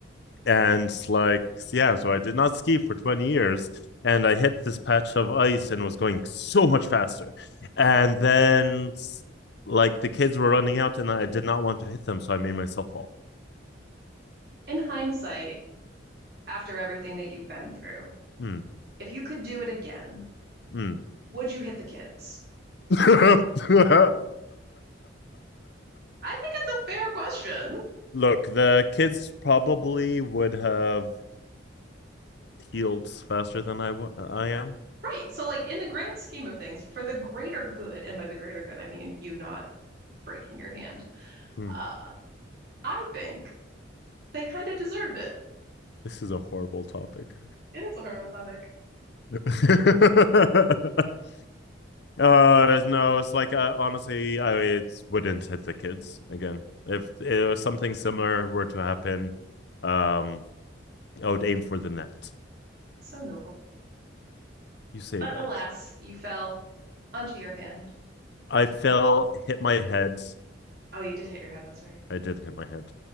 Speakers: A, on the left; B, on the right.
A: and like yeah so i did not ski for 20 years and i hit this patch of ice and was going so much faster and then like the kids were running out and i did not want to hit them so i made myself fall
B: In hindsight, after everything that you've been through,
A: Hmm.
B: If you could do it again,
A: Hmm.
B: would you hit the kids?
A: <laughs>
B: I think it's a fair question.
A: look the kids probably would have healed faster than I w- I am
B: Right. So, like, in the grand scheme of things, for the greater good, and by the greater good, I mean you not breaking your hand,
A: Hmm.
B: uh, I think they kind of deserved it.
A: this is a horrible topic
B: It is a horrible topic.
A: <laughs> <laughs> Uh, no, it's like uh, honestly, I it wouldn't hit the kids again. If, if something similar were to happen, um, I would aim for the net.
B: So noble.
A: You say
B: But
A: that.
B: alas, you fell onto your hand.
A: I fell, hit my head.
B: Oh, you did hit your head. That's right.
A: I did hit my head.